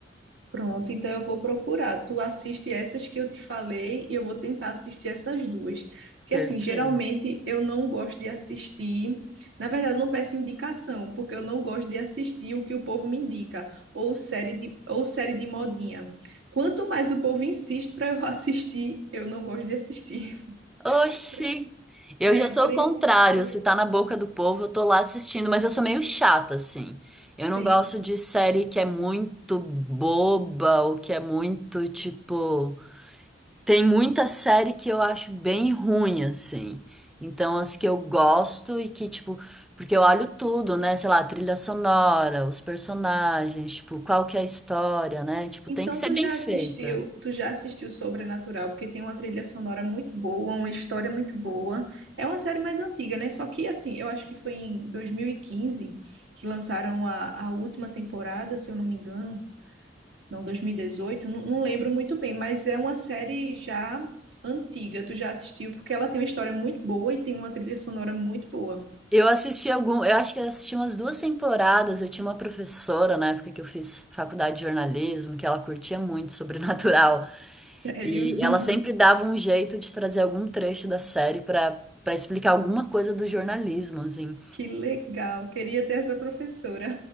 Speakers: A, on the right; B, in the centre.
A: Pronto, então eu vou procurar. Tu assiste essas que eu te falei e eu vou tentar assistir essas duas. Porque,
B: Perfeito.
A: assim, geralmente eu não gosto de assistir. Na verdade, eu não peço indicação, porque eu não gosto de assistir o que o povo me indica, ou série de, ou série de modinha. Quanto mais o povo insiste para eu <laughs> assistir, eu não gosto de assistir. <laughs>
B: Oxi! Eu
A: É,
B: já sou
A: principalmente.
B: o contrário, se tá na boca do povo, eu tô lá assistindo, mas eu sou meio chata, assim. Eu
A: Sim.
B: não gosto de série que é muito boba ou que é muito, tipo. Tem muita série que eu acho bem ruim, assim. Então, as que eu gosto e que, tipo, porque eu olho tudo, né? Sei lá, a trilha sonora, os personagens, tipo, qual que é a história, né? Tipo,
A: Então
B: tem que ser
A: tu
B: bem
A: já
B: feita.
A: assistiu, tu já assistiu Sobrenatural, porque tem uma trilha sonora muito boa, uma história muito boa. É uma série mais antiga, né? Só que assim, eu acho que foi em 2015 que lançaram a, a última temporada, se eu não me engano, não, 2018, não, não lembro muito bem, mas é uma série já antiga. Tu já assistiu porque ela tem uma história muito boa e tem uma trilha sonora muito boa.
B: Eu assisti algum, eu acho que eu assisti umas duas temporadas. Eu tinha uma professora na época que eu fiz faculdade de jornalismo, que ela curtia muito sobrenatural.
A: Sério?
B: E
A: <laughs>
B: ela sempre dava um jeito de trazer algum trecho da série para para explicar alguma coisa do jornalismo, assim.
A: Que legal. Queria ter essa professora.